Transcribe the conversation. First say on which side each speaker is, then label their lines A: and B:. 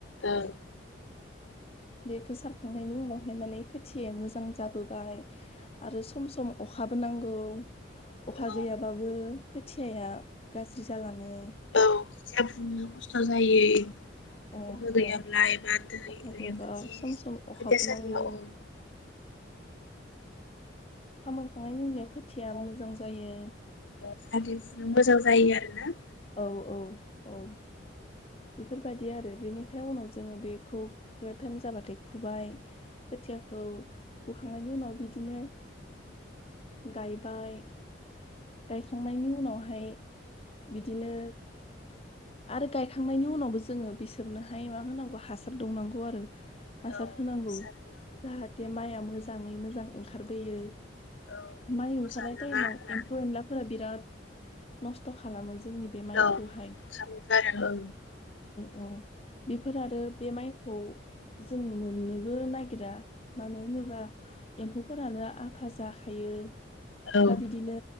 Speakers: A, on the left (about 80°); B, on the left (about 30°).
A: ओं।
B: बेखौ सारखांनायनि उनावहाय माने खोथिया या मोजां जाबोबाय आरो सम-सम अखाबो नांगौ। अखा
A: औ
B: गैयाबाबो खोथियाया गाज्रि जालाङो।
A: औ खोथिया फुनो खस्थ जायो।
B: अ
A: अखा गैयाब्ला
B: अ
A: एबा दै
B: अखा गैयाबा
A: <unintelligible>
B: सम सम अखाबो
A: खोथिया सालियाव।
B: नांगौ अखा मोनखांनायनि उनाव खोथिया मोजां जायो। <inaudible>
A: जाहाथे मोजां जायो आरो ना।
B: औ औ औ। बेफोरबायदि आरो बेनिखाय उनाव जोङो बेखौ फुनो टाइम जाबाथाय फुबाय खोथियाखौ फुखांनायनि उनाव बिदिनो गायबाय। गायखांनायनि उनावहाय बिदिनो आरो गायखांनायनि उनावबो जोङो बिसोरनोहाय मा होनांगौ हासार दौनांगौ आरो।
A: औ
B: हासार होनांगौ
A: हासार होनांगौ
B: जाहाथे माइआ मो मोजाङै मोजां ओंखारबोयो।
A: औ
B: माइ
A: एम्फौ
B: ओंखारनाय
A: जानाङा
B: टाइमाव
A: आरोना
B: एम्फौ एनलाफोरा बिराद नस्थ खालामो ज जोंनि बे माइखौहाय।
A: औ <unintelligible>
B: अ बेफोर आरो बे माइखौ जों मोननोबो नागिरा मानो होनोबा एम्फौफोरानो आधा जाखायो।
A: ओं
B: बा बिदिनो